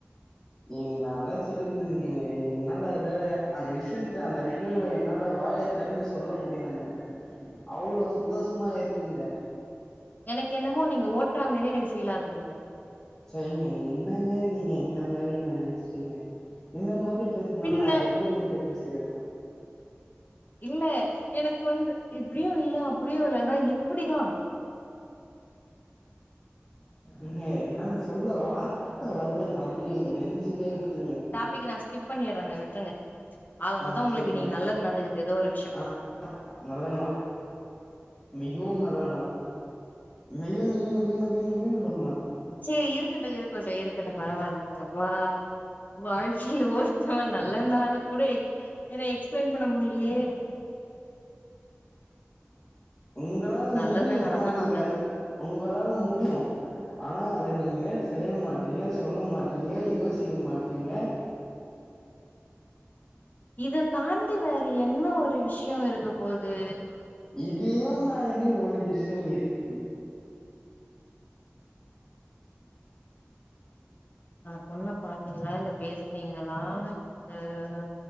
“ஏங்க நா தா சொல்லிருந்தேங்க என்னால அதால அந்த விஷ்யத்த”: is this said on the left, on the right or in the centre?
Left